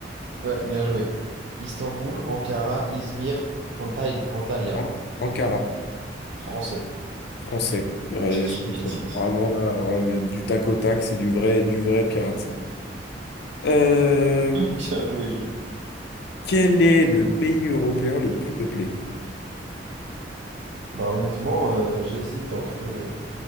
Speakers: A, on the right; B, on the left.
A: Ouais, bien joué. Istanbul, Ankara, Izmir, Antal- Antalya.
B: An- Ankara,
A: Français.
B: français. Ouais, les français.
A: <laughs>
B: Vraiment là, alors là, du tac au tac, c'est du vrai, du vrai pirate, ça. Euh,
A: Bien joué, Jules.
B: quel est le pays européen le plus peuplé?
A: Bah honnêtement, euh, j'hésite entre...